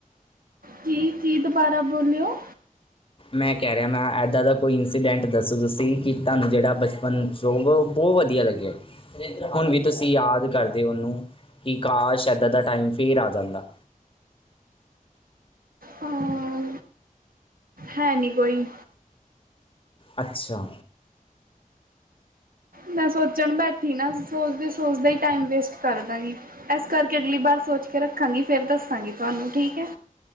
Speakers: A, on the right; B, on the left.
A: ਕੀ ਕ ਕੀ ਦੁਬਾਰਾ ਬੋਲਿਓ
B: ਮੈਂ ਕਹਿ ਰਿਹਾ ਮੈਂ ਇੱਦਾਂ ਦਾ ਕੋਈ ਇੰਸੀਡੈਂਟ ਦੱਸੋ ਤੁਸੀਂ ਕਿ ਤੁਹਾਨੂੰ ਜਿਹੜਾ ਬਚਪਨ ਸੁਗ ਭੋ <unintelligible> ਵਧੀਆ ਲੱਗਿਆ ਹੁਣ ਵੀ ਤੁਸੀਂ ਯਾਦ ਕਰਦੇ ਹੋ ਉਹਨੂੰ ਕਿ ਕਾਹ ਸ਼ਦਤ ਦਾ ਟਾਈਮ ਫੇਰ ਆ ਜਾਂਦਾ
A: ਹਾਂ, ਹੈ ਨੀ ਕੋੋਈ।
B: ਅੱਛਾ
A: ਮੈਂ ਸੋਚਣ ਬੈਠੀ ਨਾ ਸੋਚਦੇ ਸੋਚਦੇ ਹੀ ਟਾਈਮ ਵੇਸਟ ਕਰਦਾਂਗੀ ਇਸ ਕਰਕੇ ਅਗਲੀ ਵਾਰ ਸੋਚ ਕੇ ਰੱਖਾਂਗੀ ਫੇਰ ਦੱਸਾਂਗੀ ਤੁਹਾਨੂੰ ਠੀਕ ਐ